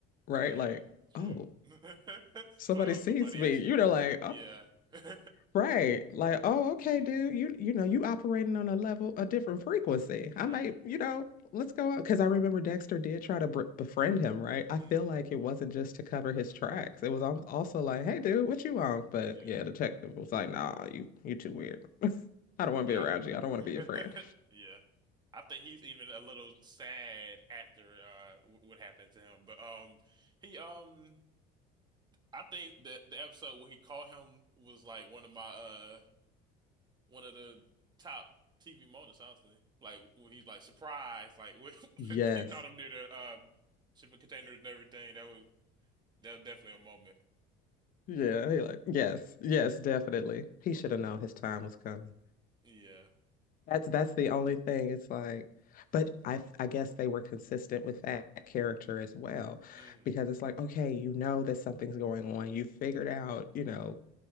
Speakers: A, on the left (about 45°); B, on the right (about 20°).
A: right?
B: Yeah.
A: Like,
B: It's true.
A: oh,
B: <laughs> It's
A: somebody
B: like oh,
A: sees
B: somebody
A: me.
B: actually.
A: You know, like,
B: Yeah. <laughs>
A: Right. Like, oh, okay,
B: Mm.
A: dude, you you know, you operating on a level, a different frequency.
B: Right.
A: I might, you know, let's go on. Because I remember Dexter did try to br befriend him, right? I
B: Mm.
A: feel like it wasn't just to cover his tracks. It was al- also like, hey, dude, what you on? But
B: Yeah.
A: yeah, detective was like, nah, you you too weird. I don't want
B: Yeah.
A: to be around you. I don't want
B: I-
A: to be your friend.
B: <laughs> Yeah. I think he's even a little sad after uh w- what happened to him. But um he um I think that the episode where he caught him was like one of my uh one of the top TV moments, honestly. Like when he's like surprised, like <laughs> when
A: Yes.
B: he caught him near the uh shipping containers and everything. That was that was definitely a moment.
A: Yeah. He like, yes. Yes, definitely. He should have known his time was coming.
B: Yeah.
A: That's that's the only thing. It's like, but I I guess they were consistent with that character as well,
B: hmm
A: because it's like, okay, you know that something's going on. You figured out, you know,